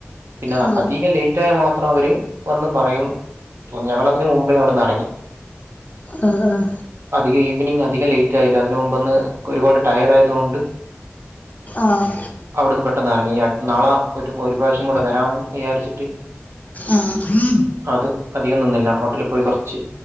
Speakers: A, on the right; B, on the left.
A: പിന്നെ
B: ഉം ആ
A: അധികം ലേറ്റ് റ്റായ മാത്രം അവര് വന്ന് പറയും ഞങ്ങളതിന് മുമ്പേ അവിടുന്ന് എറങ്ങി
B: ആഹ് ആഹ്
A: അധിക ഈവനിംഗ് അധികം ലേറ്റ ആയില്ല അതിന് മുമ്പൊന്ന് ഒരുപാട് ട്ടയേഡായതുകൊണ്ട്
B: ആഹ്
A: അവിടുന്ന് പെട്ടെന്ന് എറങ്ങി നാളെ ഒരു ഒരു പ്രാവശ്യം കൂട വരാ വിചാരിച്ചിട്ട്
B: ആഹ്
A: അത് അധികം നിന്നില്ല ഹോട്ടലി പോയി കൊറ്ച്ച്